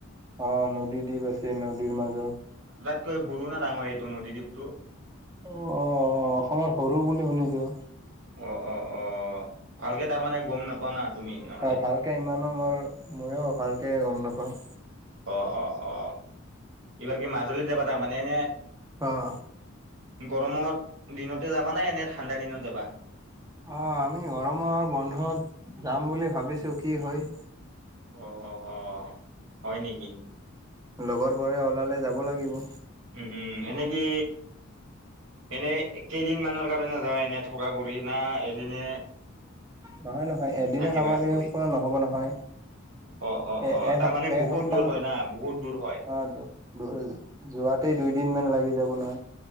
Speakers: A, on the right (about 15°); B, on the right (about 75°).
A: অ নদী দ্বীপ আছে নদীৰ মাজত
B: তই সৰু না ডাঙৰ এইটো নদীদ্বীপটো
A: অ অ অ অসমৰ সৰু বুলি শুনিছো
B: অ অ অ ভালকে তাৰ মানে গম নাপা না তুমি নহলে
A: অ ভালকে ইমানো মোৰ ময়ো ভালকে গম নাপাওঁ
B: অ অ অ এইবাৰ কি মাজুলীত যাবা তাৰ মানে এনে
A: অ',
B: গৰমত দিনতে যাবা না নে ঠাণ্ডা দিনত যাবা
A: অহ, আমি গৰমৰ বন্ধত যাম বুলি ভাবিছো কি হয়।
B: অহ অহ অহ হয় নেকি?
A: লগৰ বোৰে ওলালে যাব লাগিব।
B: উম - উম এনেকে এনেই কেইদিন মানৰ কাৰণে যাৱা এনে থকা কৰি না এদিনে
A: নহয় - নহয় এদিনত
B: আহিবা
A: আমাৰ
B: ঘূৰি
A: এই শেষ কৰা নহব নহয়।
B: অ অ
A: এ
B: অ
A: এস
B: তাৰ মানে বহুত
A: এসপ্তাহ
B: দূৰ হয় না বহুত দূৰ হয়
A: অ, <unintelligible> যোৱাত টেই দুইদিন মান লাগি যাব নহয়।